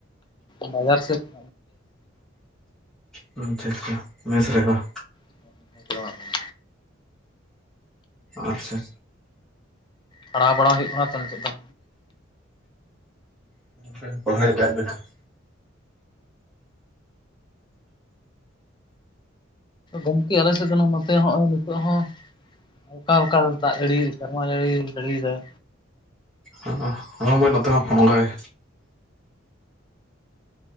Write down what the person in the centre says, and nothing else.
ᱦᱩᱸ ᱪᱷᱟ ᱪᱷᱟ ᱢᱮᱥ ᱨᱮ ᱵᱟᱦ?
ᱟᱨ ᱪᱷᱟ᱾
<unintelligible>
ᱚᱸ ᱦᱚᱸ ᱜᱚᱢᱠᱮ ᱱᱚᱛᱮ ᱦᱚᱸ ᱚᱱᱠᱟ ᱜᱮ᱾